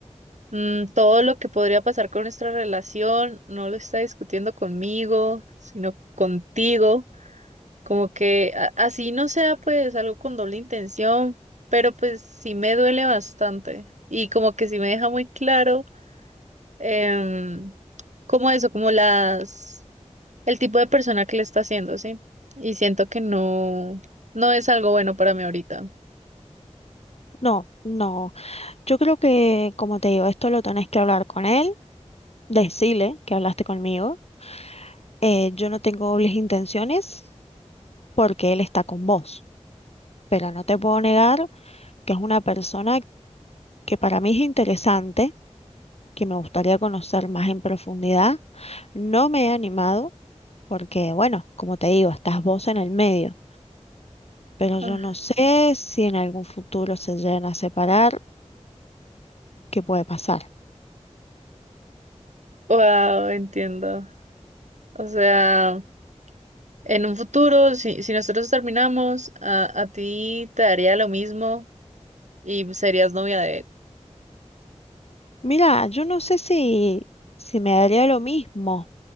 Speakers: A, on the right (about 75°); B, on the left (about 60°).
A: Mm, todo lo que podría pasar con nuestra relación no lo está discutiendo conmigo, sino contigo. Como que a- así no sea pues algo con doble intención, pero pues sí me duele bastante y como que sí me deja muy claro em, como eso, como las, el tipo de persona que le está haciendo, ¿sí? Y siento que no, no es algo bueno para mí ahorita.
B: No, no. Yo creo que, como te digo, esto lo tenés que hablar con él, decirle que hablaste conmigo. Eh, yo no tengo dobles intenciones porque él está con vos, pero no te puedo negar que es una persona que para mí es interesante que me gustaría conocer más en profundidad. No me he animado porque, bueno, como te digo, estás vos en el medio, pero
A: Ah,
B: yo no sé si en algún futuro se llegan a separar, qué puede pasar.
A: wow, entiendo. O sea... En un futuro, si, si nosotros terminamos, a, a ti te daría lo mismo y serías novia de él.
B: Mira, yo no sé si, si me daría lo mismo,